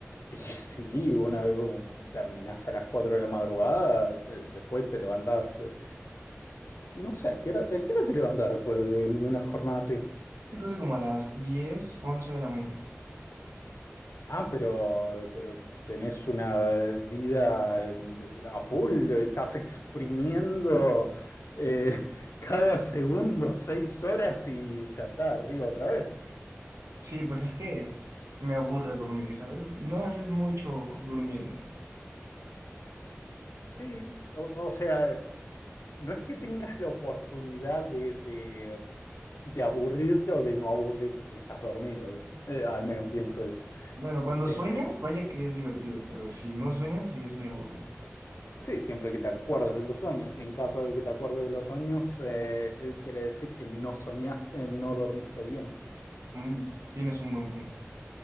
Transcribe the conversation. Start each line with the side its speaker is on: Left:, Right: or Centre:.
Left: Y sí, una vez un- terminás a las 4 de la madrugada, eh, después te levantás. eh, No sé, ¿a qué hora, a qué hora te levantás después de, de una jornada así?
Right: Yo creo que como a las 10 11 de la mañana.
Left: Ah, pero, pero tenés una vida eh, a full, eh, estás exprimiendo eh, <laughs> cada segundo seis horas y ya está, arriba otra vez.
Right: Sí, pues es que me aburre dormir, ¿sabes? No haces mucho durmiendo.
Left: Sí, o, o sea, no es que tengas la oportunidad de, de- de aburrirte o de no aburrirte porque estás dormido, ¿viste? Eh, al menos pienso eso.
Right: Bueno, cuando
Left: Eh,
Right: sueñas, vaya que es divertido, pero si no sueñas, sí es muy aburrido.
Left: Sí, siempre que te acuerdes de los sueños, y en caso de que te acuerdes de los sueños, eh, eh, quiere decir que no soñaste, eh, no dormiste bien.
Right: Mm, tienes un buen punto.